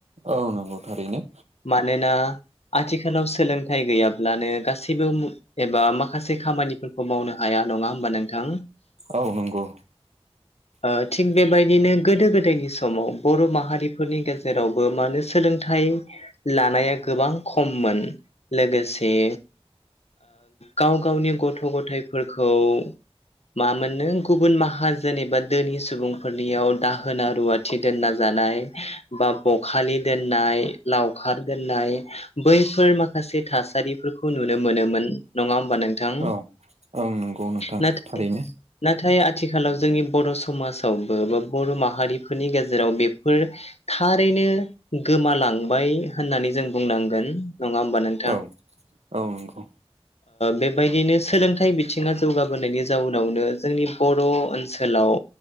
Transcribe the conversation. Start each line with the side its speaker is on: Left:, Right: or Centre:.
Right: औ नंगौ थारैनो
Left: मानोना आथिखालाव सोलोंथाइ गैयाब्लानो गासैबो एबा माखासे खामानिफोरखौ मावनो हाया नङा होमबा नोंथां
Right: औ नंगौ।
Left: ओ थिग बेबायदिनो गोदो गोदायनि समाव बर' माहारि फोरनि गेजेरावबो मानो सोलोंथाइ लानाया गोबां खममोन लोगोसे गाव गावनि गथ' गथाइफोरखौ मा मोनो गुबुन माहाजनि एबा दोनि सुबुंफोरनियाव दाहोना रुवा थि दोनना जानाय बा बखालि दोननाय लावखार दोननाय बैफोर माखासे थासारि फोरखौ नुनो मोनोमोन। नङा होमबा नोंथां
Right: औ ओं नंगौ नोंथां
Left: नाथाय
Right: थारैनो
Left: नाथाय आथिखालाव जोंनि बर' समाजावबो बा बर' माहारिफोरनि गेजेराव बेफोर थारैनो गोमालांबाय होननानै जों बुंनांगोन नङा होमबा नों
Right: औ औ नंगौ
Left: बेबायदिनो सोलोंथाइ बिथिङा जौगाबोनायनि जाउनावनो जोंनि बर' ओनसोलाव